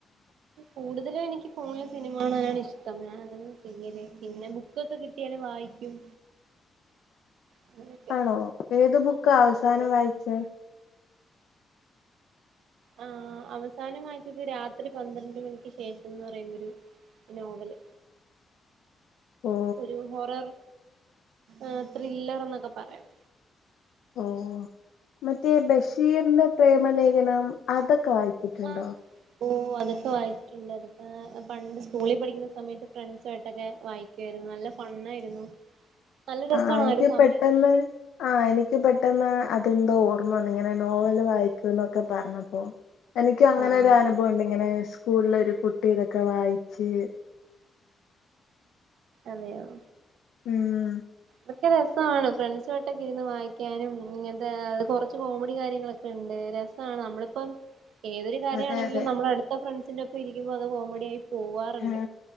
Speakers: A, on the right (about 85°); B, on the left (about 80°).
A: കൂടുതലും എനിക്ക് ഫോണില് സിനിമ കാണാനാണ് ഇഷ്ടം ഞാൻ ചെയ്യല് പിന്നെ ബുക്കൊക്കെ കിട്ടിയാല് വായിക്കും. അങ്ങനൊക്കെ
B: ആണോ ഏത് ബുക്കാ അവസാനം
A: അതെ
B: വായിച്ചേ?
A: ആ അവസാനം വായിച്ചത് രാത്രി പന്ത്രണ്ട് മണിക്ക് ശേഷംന്ന് പറയുന്നൊരു നോവല്.
B: ഓ
A: ഒരു ഹൊറർ ആ ത്രില്ലർ എന്നൊക്കെ പറയാം.
B: ഓ മറ്റേ ബഷീറിന്റെ പ്രേമലേഖനം അതൊ ക്കെ വായിച്ചിട്ടുണ്ടോ?
A: ആഹ് ഓ അതൊക്കെ വായിച്ചിട്ടുണ്ട്. പ പണ്ട് സ്കൂളിൽ പഠിക്കുന്ന സമയത്തൊക്കെ ഫ്രണ്ട്സായിട്ടൊക്കെ വായിക്കുവാരുന്നു നല്ല ഫണ്ണായിരുന്നു. നല്ല രസമാണ്
B: ആ എനിക്ക്
A: ഒരു സമയം
B: പെട്ടെന്ന് ആ എനിക്ക് പെ ട്ടെന്നാ അതെന്തോ ഓർമ്മവന്ന് ഇങ്ങനെ നോവല് വായിക്കുന്നൊക്കെ പറഞ്ഞപ്പോ. എനിക്ക് അങ്ങനെ
A: ആഹ്
B: ഒരു അനുഭവം ഉണ്ട് ഇങ്ങനെ സ് കൂളിലൊരു കുട്ടി ഇതൊക്കെ വായിച്ച്
A: അതേയോ
B: ഉം
A: തൊക്കെ രസാണ് ഫ്രണ്ട്സായിട്ടൊക്കെ ഇരുന്ന് വായിക്കാനും ഇങ്ങനത്തെ കൊറച്ച് കോമഡി കാര്യങ്ങളൊക്കെണ്ട് രസാണ് നമ്മളിപ്പം ഏതൊരു കാര്യമാണെങ്കിലും
B: അതെ അതെ
A: നമ്മുടെ അടുത്ത ഫ്രണ്ട് ഫ്രണ്ട്സിന്റൊപ്പം ഇരിക്കുമ്പം അത് കോമഡി ആയി പോവാറുണ്ട്
B: ഹ